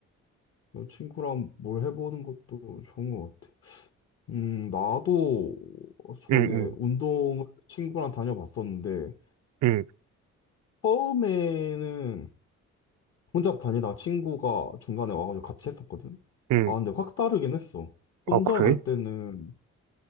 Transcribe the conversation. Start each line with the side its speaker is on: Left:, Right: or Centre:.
Left: 친구랑 뭘 해보는 것도 좋은 것 같아. 음, 나도 전에
Right: 음, 음,
Left: 운동을 친구랑 다녀봤었는데,
Right: 음,
Left: 처음에는 혼자 다니다가 친구가 중간에 와가지고 같이 했었거든?
Right: 음.
Left: 아, 근데 확 다르긴 했어. 혼자
Right: 아, 그래?
Left: 갈 때는